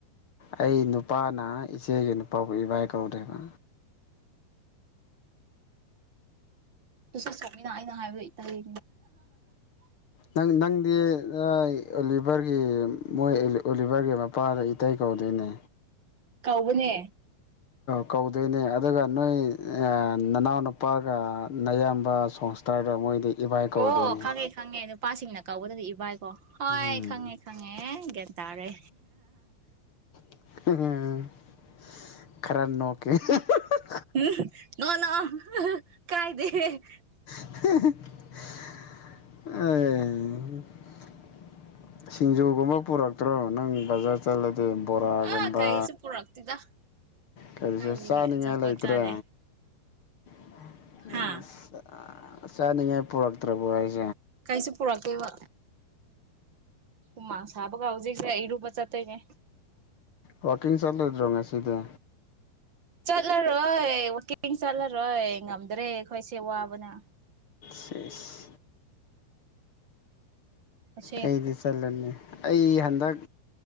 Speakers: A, on the left; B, on the right.
A: ꯑꯩ ꯅꯨꯄꯥꯅ ꯏꯆꯦꯒꯤ ꯅꯨꯄꯥꯕꯨ ꯏꯕꯥꯏ ꯀꯧꯗꯣꯏꯕ꯫
B: ꯏꯁ ꯏꯁ ꯆꯨꯝꯃꯤꯅ ꯑꯩꯅ ꯍꯥꯏ ꯏꯇꯩ
A: ꯅꯪ ꯅꯪꯗꯤ ꯑ ꯑꯣꯂꯤꯚꯔꯒꯤ ꯃꯣꯏ ꯑꯣꯂꯤꯚꯔꯒꯤ ꯃꯄꯥꯗ ꯏꯇꯩ ꯀꯧꯗꯣꯏꯅꯦ꯫
B: ꯀꯧꯕꯅꯦ꯫
A: ꯀꯧꯗꯣꯏꯅꯦ ꯑꯗꯨꯒ ꯅꯣꯏ ꯅꯅꯥꯎꯅꯨꯄꯥꯒ ꯅꯌꯥꯝꯕ ꯁꯣꯡꯁꯇꯔꯗ ꯃꯣꯏꯗꯤ ꯏꯕꯥꯏ ꯀꯧꯗꯣꯏꯅꯦ
B: ꯑꯣ ꯈꯪꯉꯦ ꯈꯪꯉꯦ꯫ ꯅꯨꯄꯥꯁꯤꯡꯅ ꯀꯧꯒꯕꯗꯗꯤ ꯏꯕꯥꯢ ꯍꯣꯏ
A: ꯎꯝ
B: ꯈꯉꯦ ꯈꯉꯦ ꯑꯦ ꯒꯌꯥꯟ ꯇꯥꯔꯦ
A: <unintelligible> ꯈꯔ ꯅꯣꯛꯀꯦ <unintelligible>
B: ꯎꯝ ꯅꯣꯛꯑꯣ ꯅꯣꯛꯑꯣ ꯀꯥꯏꯗꯦ꯫
A: <unintelligible> ꯁꯤꯡꯖꯨꯒꯨꯝꯕ ꯄꯨꯔꯛꯇ꯭ꯔꯣ ꯅꯪ ꯕꯖꯥꯔ ꯆꯠꯂ ꯑꯗꯩ ꯕꯣꯔꯥꯒꯨꯝꯕ
B: ꯑꯥ ꯀꯩꯁꯨ ꯄꯨꯔꯛꯇꯦꯗ
A: ꯀꯔꯤꯁꯨ
B: ꯀꯥꯏꯗꯒꯤ
A: ꯆꯥꯅꯤꯡꯉꯥꯏ
B: ꯑꯆꯥꯄꯣꯠ
A: ꯂꯩꯇ꯭ꯔꯦ꯫
B: ꯆꯥꯗꯦ
A: <unintelligible> <unintelligible>
B: ꯍꯥ
A: ꯆꯥꯅꯤꯡꯉꯥꯏ ꯄꯨꯔꯛꯇ꯭ꯔꯕꯣ ꯍꯥꯏꯖ
B: ꯀꯩꯁꯨ ꯄꯨꯔꯛꯇꯦꯕꯣ꯫ ꯍꯨꯃꯥꯡ ꯁꯥꯕꯒ ꯍꯧꯖꯤꯛꯁꯦ ꯑꯩꯔꯨꯕ ꯆꯠꯇꯣꯏꯅꯦ
A: ꯋꯥꯀꯤꯡ ꯆꯠꯂꯗ꯭ꯔꯣ ꯉꯦꯁꯤꯗꯤ
B: ꯆꯠꯂꯔꯣꯏ ꯋꯀꯤꯡ ꯆꯠꯂꯔꯣꯏ ꯉꯝꯗ꯭ꯔꯦ ꯑꯩꯈꯣꯏꯁꯦ ꯋꯥꯕꯅ
A: ꯁꯦꯁ
B: ꯑꯁꯦꯡ
A: ꯑꯩꯗꯤ ꯆꯂꯅꯤ ꯑꯩ ꯍꯟꯗꯛ